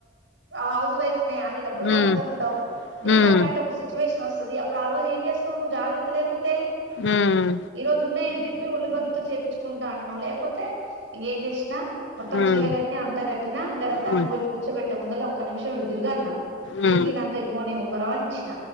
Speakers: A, on the right; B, on the left.
A: హౌస్ వైఫ్ న్నాయి అన్ని డబ్బులు
B: ఉమ్
A: నా దగ్గర ఉండవు నీ
B: ఉమ్
A: అలాంటి ఒక సిచువేషన్ వస్ అది అప్పుడు ఆ రోజు ఏం చేస్తావ్ జాగ్రత్త లేపోతే
B: ఉమ్
A: ఈరోజు ఉన్నాయి అని ఒళ్ళు బలుపుతో చేపిచ్చుకుంటా అంటున్నావ్ లేకపోతే ఇంగేం చేసినా మొత్తం
B: ఉమ్
A: చీర కట్టినా అంత కట్టినా ఇంకా రత్తానికి
B: ఉమ్
A: పోయి కూర్చోబెట్టే ముందలా ఒక్క నిమిషం ఇటు తిరుగన్నా
B: ఉమ్
A: తిరిగినాంకా ఇంగో ని ఉంగరం అని ఇచ్చిన